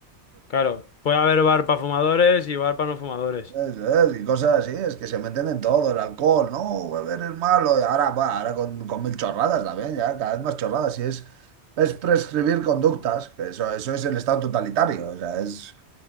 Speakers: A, on the left; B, on the right.
A: Claro, puede haber bar para fumadores y bar para no fumadores.
B: Eso es, y cosas así, es que se meten en todo, el alcohol, no, beber es malo, y ahora, va, ahora con, con mil chorradas también, ya, cada vez más chorradas, y es, es prescribir conductas, que eso, eso es el estado totalitario, o sea, es...